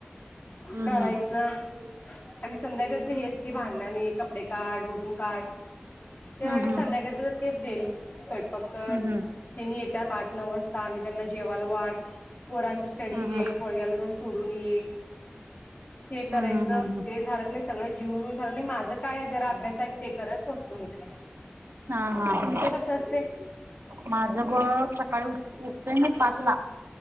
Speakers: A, on the right; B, on the left.
A: हम्म
B: करायचं.
A: हम्म
B: आणि संध्याकाळच हेच की भांड ने कपडे काढ लुटून काढ. ते
A: हम्म
B: आणि
A: हम्म
B: संध्याकाळच तेच डेली स्वयंपाक कर.
A: हम्म
B: हेनी येतात आठ, नऊ वाजता आणि त्यांना जेवायला वाढ पोरांच स्टडी
A: हम्म
B: घे, पोरग्याला जाऊन सोडून ये. हे करायचं
A: हम्म हम्म हम्म
B: ते झालं की नाही सगळं जीऊन बिऊन झाल की नाही आणि माझं काय जरा अभ्यास आहे ते करत बसतो मी काय.
A: हा हा
B: तुमचं
A: हा
B: कसं असतंय?
A: माझं बघ सकाळी उ उठतेय मी पाच ला.